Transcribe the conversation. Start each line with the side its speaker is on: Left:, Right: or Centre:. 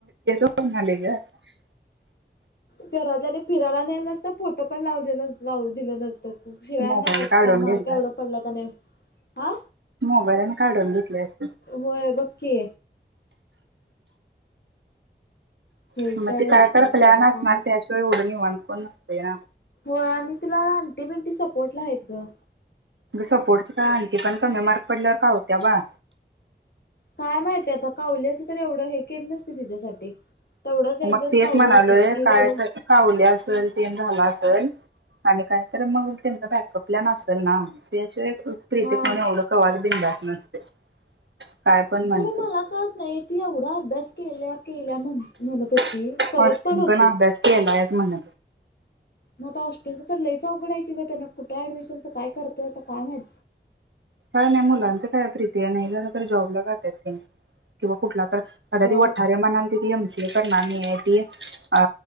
Right: <unintelligible>
Left: त्या राजाने फिरायला नेलं नसतं फोटो पण लाव दिलं लावू दिल नसतं. शिव्या
Right: मोबाईल
Left: द्यायल्यात
Right: काढून
Left: का
Right: घेतलास
Left: मार्क एवढा पडला का नाही. आ
Right: मोबाईलने काढून घेतले असते.
Left: होय बघ की. खुळीच
Right: स मग
Left: आहे
Right: ते
Left: बाई
Right: काय तर प्लॅन
Left: करत्या काय
Right: असणार
Left: माहित.
Right: त्या शिवाय एवढा निवांत कोण नसते ना.
Left: हो आणि तिला ऑंटी बिंटी सपोर्टला आहेत ग.
Right: सपोर्टच काय आंटी पण कमी मार्क पडल्यावर कावत्या बाळ.
Left: काय माहिती आता कावली असती तर एवढं हे केलं नसती तिच्यासाठी. तेवढंच एक
Right: मग
Left: दिवस
Right: तेच
Left: कावली
Right: म्हणालोय
Left: असेल ही
Right: काय
Left: रडून
Right: तर कावली असल तेच झाल आसंल. आणि काहीतर मग त्यांचा बॅकअप प्लॅन असल ना. ते <unintelligible> प्रीते
Left: हा
Right: एवढ कोण बिनधास्त नसते. <inaudible> काय पण म्हणतो
Left: खरं मला कळत नाही ती एवढा अभ्यास केल्या केल्या म्हण म्हणत होती
Right: <unintelligible>
Left: करत होती
Right: पण अभ्यास केलायचं म्हण.
Left: मग आता हॉस्टेलच तर लईच अवघड आहे कि त्याना कुठे अडमिशनच काय करतोय आता काम माहित.
Right: काय नाही मुलाचं काय प्रीते नई झालं तर जॉब का जात्यात की कुठला तर आता
Left: जॉब
Right: ती वाठारे म्हणालती की एम सी ए करणार नाहीये ती अ